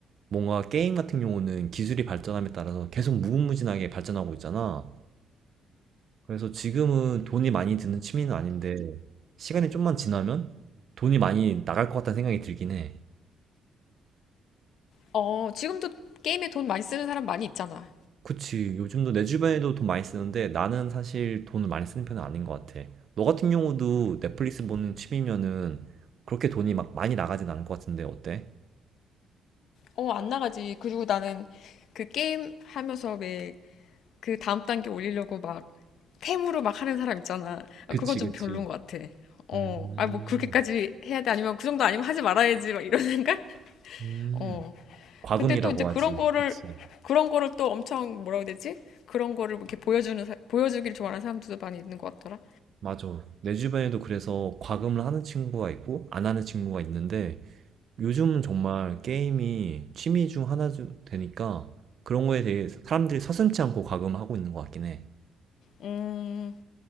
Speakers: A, on the right (about 55°); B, on the left (about 75°).
A: 뭔가 게임 같은 경우는 기술이 발전함에 따라서 계속 무궁무진하게 발전하고 있잖아. 그래서 지금은 돈이 많이 드는 취미는 아닌데 시간이 좀만 지나면 돈이 많이 나갈 것 같다는 생각이 들긴 해.
B: 어, 지금도 게임에 돈 많이 쓰는 사람 많이 있잖아.
A: 그치. 요즘도 내 주변에도 돈 많이 쓰는데 나는 사실 돈을 많이 쓰는 편은 아닌 것 같아. 너 같은 경우도 넷플릭스 보는 취미면은 그렇게 돈이 막 많이 나가진 않을 것 같은데 어때?
B: 어, 안 나가지. 그리고 나는 그 게임 하면서 왜 그 다음 단계 올리려고 막 템으로 막 하는 사람 있잖아. 아,
A: 그치,
B: 그거 좀
A: 그치.
B: 별론 것 같아. 어,
A: 음,
B: 아, 뭐 그렇게까지 해야 돼? 아니면 그 정도 아니면 하지 말아야지. 막 이런 생각?
A: 음.
B: 어.
A: 과금이라고
B: 근데 또 이제 그런
A: 하지.
B: 거를,
A: 그치.
B: 그런 거를 또 엄청 뭐라고 해야 되지? 그런 거를 뭐 이렇게 보여주는, 사- 보여주길 좋아하는 사람들도 많이 있는 것 같더라.
A: 맞아. 내 주변에도 그래서 과금을 하는 친구가 있고, 안 하는 친구가 있는데, 요즘은 정말 게임이 취미 중 하나 주- 되니까, 그런 거에 대해 사람들이 서슴지 않고 과금을 하고 있는 것 같긴 해.
B: 음,